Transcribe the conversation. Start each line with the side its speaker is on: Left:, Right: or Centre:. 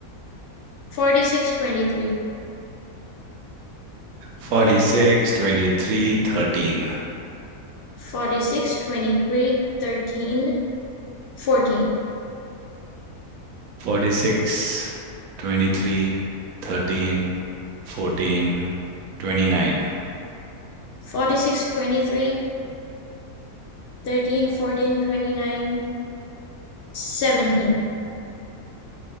Left: Forty six twenty three
Right: Forty six twenty three thirteen
Left: Forty six twenty three thirteen fourteen
Right: Forty six twenty three thirteen fourteen twenty nine
Left: Forty six twenty three thirteen fourteen twenty nine seventeen